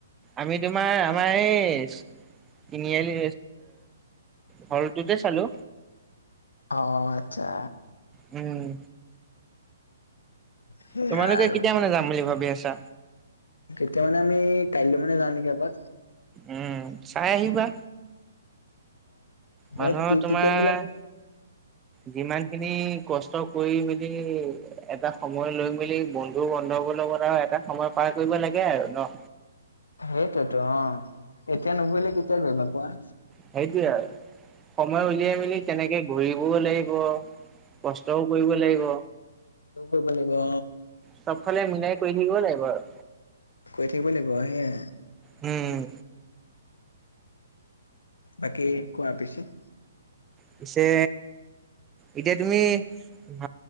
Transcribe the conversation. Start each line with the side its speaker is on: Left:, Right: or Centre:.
Right: আমি তোমাৰ আমাৰ এই তিনিআলি হলটোতে চালো
Left: অ আচ্ছা
Right: উম
Left: সেয়া
Right: তোমালোকে
Left: আৰু
Right: কেতিয়া মানে যাম বুলি ভাবি আছা
Left: তেতিয়া মানে আমি কাইলৈ মানে যাওঁ নেকি আবাক
Right: উম চাই আহিবা মানুহৰ
Left: অিকটিলকে
Right: তোমাৰ যিমান খিনি কষ্ট কৰি মেলি এটা সময় লৈ মেলি বন্ ত বন্ধবৰ লগত আৰু এটা সময় পাৰ কৰিব লাগে আৰু ন
Left: সেইটোতো অ এতিয়া নুভুৰিলে কেতিয়া ঘৈিবা কোৱা
Right: সেইটোয়ে আৰু সময় উলিয়াই মেলি কেনেকে ঘূৰিবও লাগিব কষ্ট কৰিব লাগিব
Left: ক লিব অ
Right: চবফালে মিলাই কৰি থাকিব লাগিব আৰু।
Left: কৈ থাকিব লাগিব সেয়াই
Right: উম
Left: বাকী কোৱা পিছেো
Right: পিছে এতিয়া তুমি ভ